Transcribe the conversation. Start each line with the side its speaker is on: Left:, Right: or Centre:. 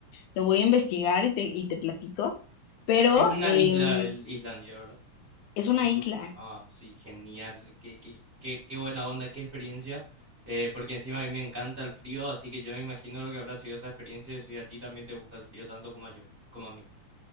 Left: lo voy a investigar y te, y te platico, pero
Right: Es una
Left: em,
Right: isla, el Islandia, ¿verdad?
Left: es
Right: Como
Left: una
Right: tú
Left: isla.
Right: dices, ah, sí, genial, qué, qué, qué, qué buena onda, qué experiencia, eh, porque encima a mí me encanta el frío, así que yo me imagino lo que habrá sido esa experiencia si a ti también te gusta el frío tanto como a yo, como a mí.